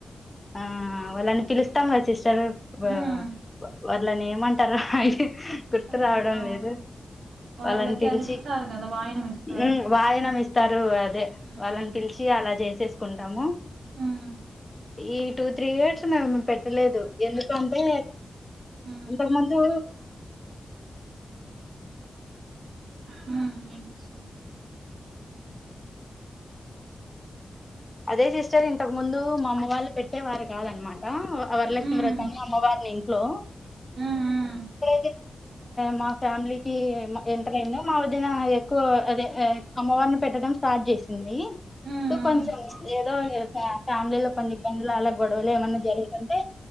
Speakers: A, on the left; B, on the right.
A: ఆ వాళ్ళని పిలుస్తాముగా సిస్ వా
B: ఉమ్
A: వాళ్ళని ఏమంటరు? హాయి గుర్తు
B: అదే
A: రావడం
B: అవును
A: లేదు
B: వాళ్ళకి
A: వాళ్ళని పిలిచి
B: అది ఇస్తారు కదా వాయినం ఇస్తారు
A: హ్మ్ వాయనం ఇస్ తరువా అదే
B: ఉమ్
A: వాళ్ళని పిలిచి అలా చేసి చేసుకుంటాము
B: ఉమ్
A: ఈ టూ త్రీ ఇయర్స్ మరి మేం పె లేదు ఎందుకంటే
B: ఉమ్
A: ఇంతకు ముందూ
B: హ్మ్ వినిపిస్తుం
A: అదే సిస్టర్ ఇంతకు ముందు మా అమ్మ వాళ్ళు పెట్టేవారు కాదన్నమాట వరలక్ష్మి
B: ఉమ్
A: వ్రతాన్ని అమ్మవారిని హలో
B: ఉమ్
A: <unintelligible> ఆ మా ఫ్యామిలీకి ఎంటర్ అయింద మా వదిన ఎక్కువ అదే అమ్మవారిని పెట్టడం స్టార్ట్ చేసింది
B: ఉమ్ ఉమ్
A: సో కొంచెం ఏదో ఫ్యామిలీలో కొన్ని ఇబ్బందులు అలా గొడవలు ఏమన్నా జరిగి అంటే